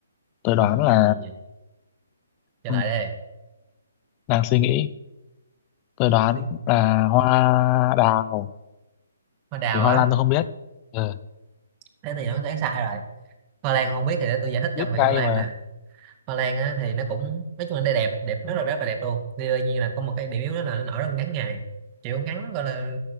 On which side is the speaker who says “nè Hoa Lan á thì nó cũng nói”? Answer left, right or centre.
Right